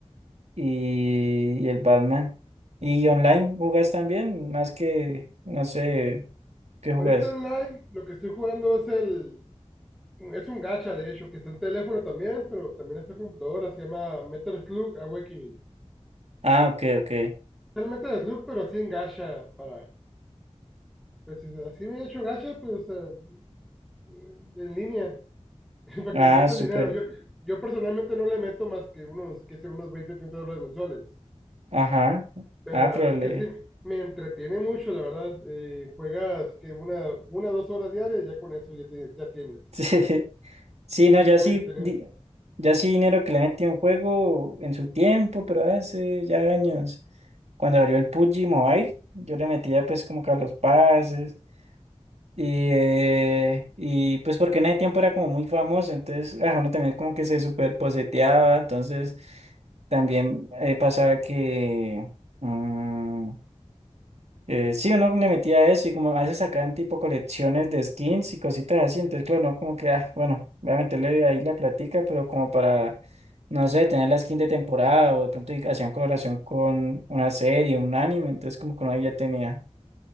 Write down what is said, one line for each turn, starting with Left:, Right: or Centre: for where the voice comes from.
Right: y, y el Batman. ¿Y online jugás también? Más que, no sé, ¿qué jugás?
Centre: ahorita online lo que estoy jugando es el... Es un gacha, de hecho, que está en teléfono también, pero también está en computadora. Se llama Metal Slug Awakening.
Right: Ah, ok, ok.
Centre: Es el Metal Slug, pero así en gacha. Para, pues así me he hecho gacha, pues o sea, eh, en línea. <laughs> Para
Right: Ah,
Centre: que le metas
Right: súper.
Centre: dinero. Yo, yo personalmente no le meto más que unos, que ser unos 20 30 dólares mensuales.
Right: Ajá.
Centre: Pero
Right: Ah,
Centre: la
Right: pero
Centre: verdad
Right: le...
Centre: es que sí, me entretiene mucho, la verdad. Eh, juegas que una, una, dos horas diarias, ya con eso ya, te- ya tienes.
Right: <laughs> Sí, sí,
Centre: Y
Right: no,
Centre: sí
Right: yo
Centre: está muy
Right: sí,
Centre: entretenido.
Right: di- yo sí dinero que le metí a un juego en su tiempo, pero hace ya años, cuando abrió el PUBG Mobile, yo le metía pues como que a los pases y, eh, y pues porque en ese tiempo era como muy famoso, entonces ah, uno también como que se super poseteaba, entonces también eh, pasaba que... mm, eh, sí, uno le metía a eso y como a veces sacaban tipo colecciones de skins y cositas así, entonces claro, no como que, ah, bueno, voy a meterle ahí la platica, pero como para, no sé, tener la skin de temporada o de pronto y hacían colaboración con una serie, un anime, entonces como que uno ahí ya tenía.